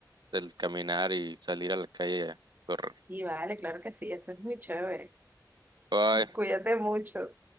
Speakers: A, on the right; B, on the right.
A: del caminar y salir a la calle a correr.
B: Y vale, claro que sí, eso es muy chévere.
A: Bye.
B: Cuídate mucho.